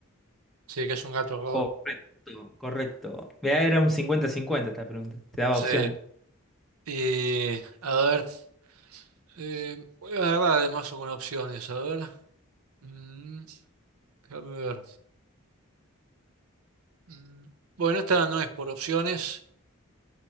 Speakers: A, on the right; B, in the centre.
A: Sí, que es un gato robot.
B: Correcto, correcto. Mirá, era un cincuenta-cincuenta esta pregunta, te daba
A: Sí.
B: opciones.
A: Y a ver, eh, voy a agarrar además con opciones. A ver. Mm, déjame ver. Mm, bueno, esta no es por opciones,